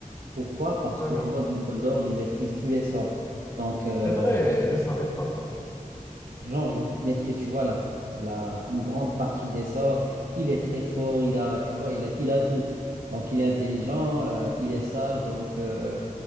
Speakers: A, on the right (about 85°); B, on the left (about 20°).
A: Pourquoi? Parce
B: D'accord.
A: que tu vois, Dumbledore, il maîtrise tous les sorts. Donc, euh,
B: C'est vrai, je ne savais pas ça.
A: genre, il maîtrise, tu vois, la, la, une grande partie des sorts. Il est très fort, il a, tu vois, il a, il a tout. Donc, il est intelligent, euh, il est sage. Donc, euh,